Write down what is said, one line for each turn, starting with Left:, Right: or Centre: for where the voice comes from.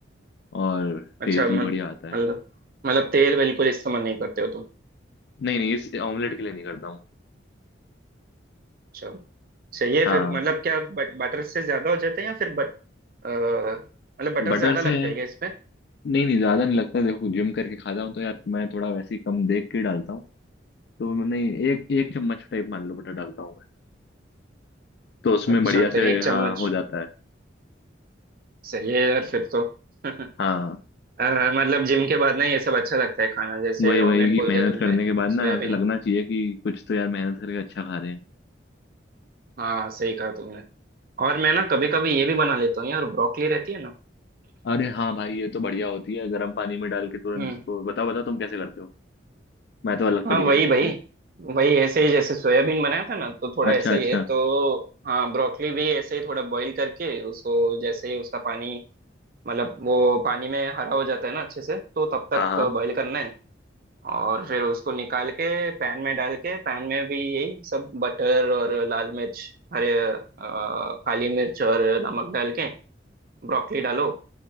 Left: और
Right: अच्छा
Left: टेस्ट
Right: मन-
Left: भी बढ़िया आता है
Right: मतलब मतलब तेल बिल्कुल इस्तेमाल नहीं करते हो तुम
Left: नहीं नहीं इस ऑमलेट के लिए नहीं करता हूँ
Right: अच्छा चाहिए
Left: हाँ
Right: फिर मतलब क्या बट, बटर से ज्यादा हो जाते हैं या फिर बट अ, मतलब बटर
Left: बटर
Right: ज्यादा लगता
Left: से
Right: है क्या इसमें
Left: नहीं नहीं ज्यादा नहीं लगता देखो जिम करके खाता हूँ तो यार मैं थोड़ा वैसे ही कम देख के डालता हूँ तो मैं नहीं एक एक चम्मच टाइप मान लो बटर डालता हूँ मैं तो उसमें
Right: अच्छा
Left: बढ़िया से
Right: तो एक
Left: हाँ
Right: चम्मच
Left: हो जाता है
Right: सही है यार फिर तो <laughs>
Left: हाँ
Right: अ, मतलब जिम के बाद ना ये सब अच्छा लगता है खाना जैसे
Left: वही
Right: ऑमलेट
Left: वही कि
Right: बोल
Left: मेहनत
Right: दिया तुमने
Left: करने के बाद
Right: सोयाबीन
Left: ना ऐसे लगना चाहिए कि कुछ तो यार मेहनत करके अच्छा खा रहे हैं
Right: हाँ सही कहा तुमने और मैं ना कभी कभी ये भी बना लेता हूँ यार ब्रोकली रहती है ना
Left: अरे हाँ भाई ये तो बढ़िया होती है गर्म पानी में डाल के तुरंत
Right: हम्म
Left: इसको बताओ बताओ तुम कैसे करते हो मैं तो अलग तरीके
Right: हाँ वही
Left: से करता
Right: भाई
Left: हूँ
Right: वही ऐसे ही जैसे सोयाबीन बनाया था ना तो थोड़ा
Left: अच्छा
Right: ऐसा
Left: अच्छा
Right: ही है तो हाँ ब्रोकली भी ऐसे ही थोड़ा बॉईल करके उसको जैसे ही उसका पानी मतलब वो पानी में हरा हो जाता है ना अच्छे से तो तब तक
Left: हाँ हाँ
Right: बॉईल करना है और फिर उसको निकाल के पैन में डाल के पैन में भी यही सब बटर और लाल मिर्च हरे अ, काली मिर्च और नमक डाल के ब्रोकली डालो